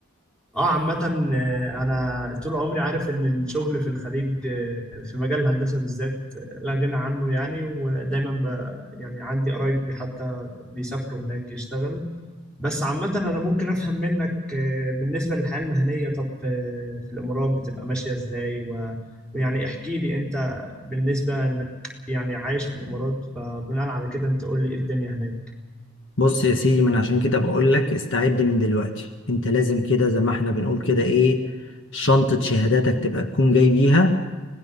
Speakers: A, in the centre; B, on the left (about 55°).
A: آه، عامة آه، أنا طول عمري عارف إن الشغل في الخليج آه، في مجال الهندسة بالذات آه، لا غنى عنه يعني ودايما ب يعني عندي قرايبي حتى بيسافروا هناك يشتغلوا بس عامة أنا ممكن أفهم منك آه، بالنسبة للحياة المهنية طب في في الإمارات بتبقى ماشية إزاي و- ويعني احكي لي أنت بالنسبة إنك يعني عايش في الإمارات فبناء على كده أنت قول لي إيه الدنيا هناك
B: بص يا سيدي من عشان كده بقول لك استعد من دلوقتي انت لازم كده زي ما احنا بنقول كده ايه شنطة شهاداتك تبقى تكون جاي بيها